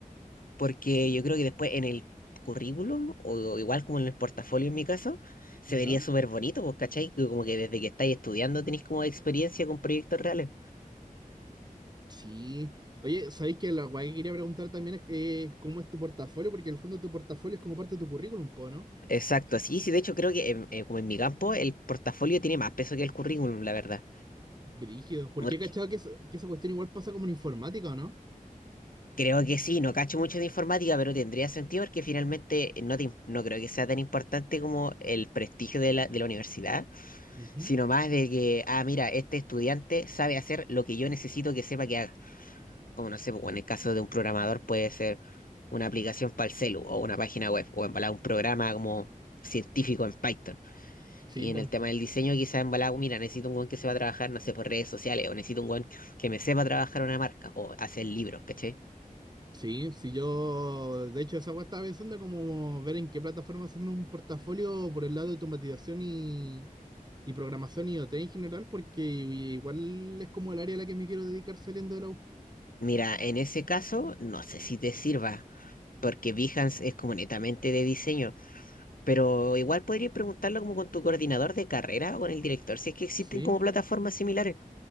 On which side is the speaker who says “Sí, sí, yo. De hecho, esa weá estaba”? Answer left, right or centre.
Right